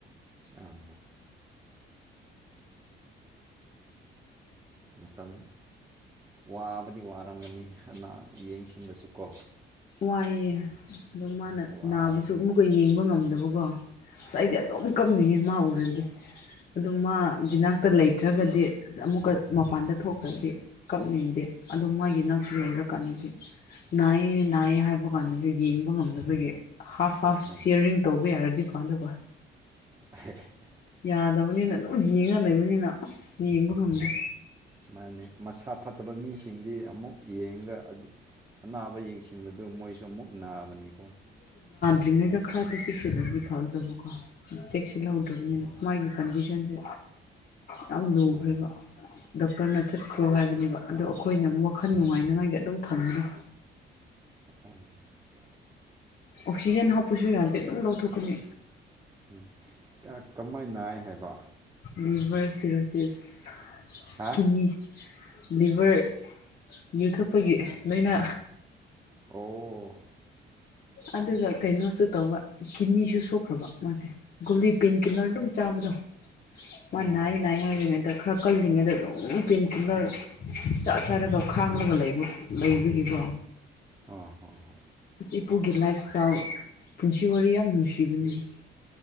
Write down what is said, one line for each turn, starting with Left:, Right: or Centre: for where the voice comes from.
Right: ꯑꯥ ꯃꯇꯝ ꯋꯥꯕꯗꯤ ꯋꯥꯔꯝꯒꯅꯤ ꯑꯅꯥ ꯌꯦꯡꯁꯤꯟꯕꯁꯨꯀꯣ
Left: ꯋꯥꯏꯌꯦ ꯑꯗꯣ ꯃꯥꯅ
Right: ꯋꯥꯕꯅꯤ
Left: ꯅꯥꯕꯁꯨ ꯑꯃꯨꯛꯀꯥ ꯌꯦꯡꯕ ꯉꯝꯗꯕꯀꯣ ꯑꯁ ꯑꯩꯗꯤ ꯑꯗꯨꯝ ꯀꯝꯅꯤꯡꯉꯦ ꯃꯥ ꯎꯔꯗꯤ ꯑꯗꯨ ꯃꯥꯒꯤꯅꯥꯛꯇ ꯂꯩꯇ꯭ꯔꯒꯗꯤ ꯑꯁ ꯑꯃꯨꯛꯀ ꯃꯄꯥꯟꯗ ꯊꯣꯛꯈ꯭ꯔꯗꯤ ꯀꯞꯅꯤꯡꯗꯦ ꯑꯗꯨ ꯃꯥꯒꯤ ꯅꯥꯛꯇ ꯂꯩꯔꯀꯥꯟꯅꯗꯤ ꯅꯥꯢꯌꯦ ꯅꯥꯏꯌꯦ ꯍꯥꯏꯕ ꯀꯥꯟꯗꯗꯤ ꯌꯦꯡꯕ ꯉꯝꯗꯕꯒꯤ ꯍꯥꯐ ꯍꯥꯐ
Right: ꯍꯣꯏ
Left: ꯁꯤꯌꯥꯔꯔꯤꯡ ꯇꯧꯕ ꯌꯥꯔꯗꯤ ꯐꯗꯧꯕ
Right: <unintelligible>
Left: ꯌꯥꯗꯕꯅꯤꯅ ꯑꯗꯨꯝ ꯌꯦꯡꯉ ꯂꯩꯕꯅꯤꯅ ꯑꯁ ꯌꯦꯡꯕ ꯉꯝꯗꯦ
Right: ꯃꯥꯅꯦ ꯃꯁꯥ ꯐꯠꯇꯕ ꯃꯤꯁꯤꯡꯗꯤ ꯑꯃꯨꯛ ꯌꯦꯡꯉꯒ ꯑꯗꯨ ꯑꯅꯥꯕ ꯌꯦꯡꯁꯤꯟꯕꯗꯨ ꯃꯣꯏꯁꯨ ꯑꯃꯨꯛ ꯅꯥꯕꯅꯤꯀꯣ
Left: ꯗ꯭ꯔꯤꯉꯩꯗ ꯈꯔꯗꯤ ꯆꯦꯛꯁꯤꯜꯂꯗꯤ ꯐꯥꯜꯗꯕꯀꯣ ꯆꯦꯛꯁꯤꯜꯍꯧꯗ꯭ꯔꯕꯅꯤꯅ ꯃꯥꯒꯤ ꯀꯟꯗꯤꯁꯟꯁꯦ ꯌꯥꯝ ꯂꯨꯒ꯭ꯔꯦꯕ
Right: ꯎꯝ
Left: ꯗꯣꯛꯇꯔꯅ ꯆꯠꯈ꯭ꯔꯣ ꯍꯥꯏꯕꯅꯦꯕ ꯑꯗꯣ ꯑꯩꯈꯣꯏꯅ ꯋꯥꯈꯜ ꯅꯨꯡꯉꯥꯏꯅꯉꯥꯏꯒꯤ ꯑꯗꯨꯝ ꯊꯝꯕꯗꯣ
Right: ꯎꯝ <inaudible>
Left: ꯑꯣꯛꯁꯤꯖꯦꯟ ꯍꯥꯞꯄꯁꯨ ꯌꯥꯗꯦ ꯑꯗꯨꯝ ꯂꯧꯊꯣꯛꯀꯅꯤ
Right: ꯎꯝ ꯀꯃꯥꯏ ꯅꯥꯏ ꯍꯥꯏꯕ
Left: ꯂꯤꯚꯔ ꯁꯤꯔꯣꯁꯤꯁ
Right: ꯍꯥ
Left: ꯀꯤꯅꯤ ꯂꯤꯚꯔ ꯌꯨ ꯊꯛꯄꯒꯤ ꯂꯣꯏꯅ
Right: ꯑꯣ
Left: ꯑꯗꯨꯒ ꯀꯩꯅꯣꯁꯨ ꯇꯧꯕ ꯀꯤꯅꯤꯁꯨ ꯁꯣꯛꯈ꯭ꯔꯕ ꯃꯥꯁꯦ ꯒꯨꯂꯤ ꯄꯦꯟ ꯀꯤꯂꯔ ꯑꯗꯨꯝ ꯆꯥꯕ ꯗꯣ ꯃꯥ
Right: ꯑꯣ
Left: ꯅꯥꯏꯌꯦ ꯅꯥꯢꯌꯦ ꯍꯥꯢꯔꯤ ꯗ ꯈꯔ ꯀꯜꯂꯤꯉꯩꯗ ꯑꯗꯨꯝ ꯄꯦꯟꯀꯤꯂꯔ ꯆꯥ ꯆꯥꯔꯒ ꯈꯥꯡꯂꯒ ꯂꯩꯕ ꯂꯩꯕꯒꯤ ꯒꯣ
Right: ꯑꯣ ꯍꯣ ꯍꯣ
Left: ꯏꯄꯨꯒꯤ ꯂꯥꯏꯐ ꯁꯇꯥꯏꯜ ꯄꯨꯟꯁꯤ ꯋꯥꯔꯤ ꯌꯥꯝ ꯅꯨꯡꯁꯤꯕꯅꯤꯗ